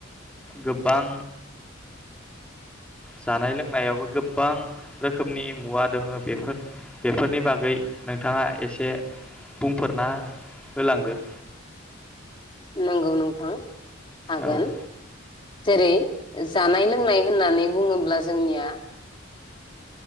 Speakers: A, in the centre; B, on the left.
A: गोबां जानाय लोंनायावबो गोबां रोखोमनि मुवा दोंङो बेफोर बेफोरनि बागै नोंथाङा एसे बुंफोरना होलांदो
B: नोंगौ नोंथां। हागोन
A: औ
B: जेरै- जानाय लोंनाय होननानै बुंङोब्ला जोंनिया